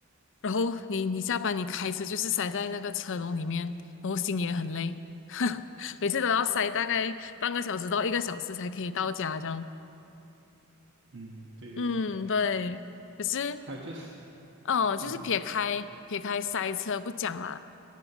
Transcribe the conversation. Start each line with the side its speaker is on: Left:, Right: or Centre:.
Left: 然后你你下班你开车就是塞在那个车笼里面，然后心也很累，<laughs> 每次都要塞大概半个小时到一个小时才可以到家这样。
Right: 嗯，对对对，
Left: 嗯，对。可是
Right: 还有就是，
Left: 哦，就是撇开撇开塞车不讲啦，
Right: 嗯，